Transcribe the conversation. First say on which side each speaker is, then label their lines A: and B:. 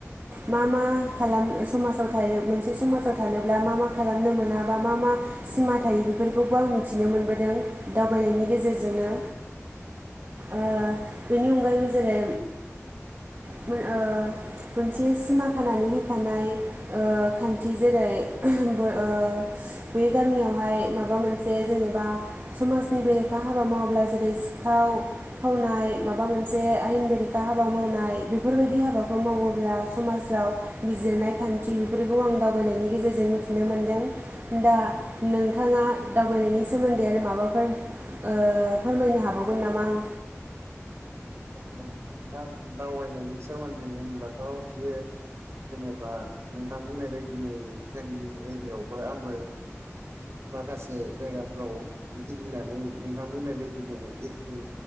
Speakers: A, on the right; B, on the right.
A: मा मा खालाम समाजाव थायो मोनसे समाजाव थानोब्ला मा मा खालामनो मोनो मा मा सिमा थायो बेफोरखौबो आं मिथिनो मोनबोदों दावबायनायनि गेजेरजोंनो। ओ बिनि अनगायैबो जेरै <inaudible> ओ मोनसे सिमा खानानै होखानाय ओ खान्थि जेरै जोंबो ओ बे गामियावहाय माबा मोनसे जेनेबा समाजनि बेरे खा हाबा मावाब्ला जेरै सिखाव खावनाय माबा मोनसे आयेन बेरेखा हाबा मावनाय बेफोरबायदि हाबाखौ मावोब्ला समाजाव बिजिरनाय खान्थि बेफोरखौ आं दावबायनायनि गेजेरजों मिथिनो मोनदों दा नोंथाङा दावबायनायनि सोमोन्दै आरो माबाफोर ओ फोरमायनो हाबावगोन नामा आं
B: नोंथां दावबायनायनि सोमोन्दै होनब्लाथ' बेयो जेनेबा नोंथां बुंनाय बायदिनो जोंनि एरियायावबो आंबो माखासे जायगाफोराव गिदिंनानै नोंथां बुंनाय बायदिनो एखे